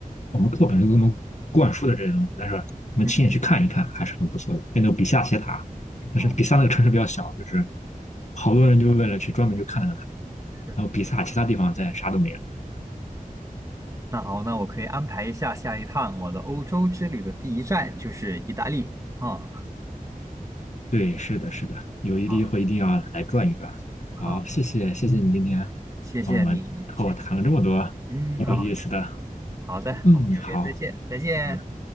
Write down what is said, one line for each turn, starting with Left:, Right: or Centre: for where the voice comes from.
Left: 我们课本就给我们灌输的这些东西，但是我们亲眼去看一看还是很不错的。
Right: 嗯
Left: 哎那个比萨斜塔，但是比萨那个城市比较小，
Right: 嗯，
Left: 就是好多人就是为了去专门就看那个塔，
Right: 是。
Left: 然后比萨其他地方再啥都没了。
Right: 那好，那我可以安排一下下一趟我的欧洲之旅的第一站就是意大利啊。
Left: 对，是的，是的，有一地会一定要来转一转。
Right: 好，好，
Left: 好，谢谢，谢谢你今天
Right: 谢谢你，
Left: 和我们和我谈了这么多
Right: 谢谢你，嗯，
Left: 有意思的。
Right: 好好的，
Left: 嗯，
Right: 我们有缘再见，
Left: 好，
Right: 再见。
Left: 那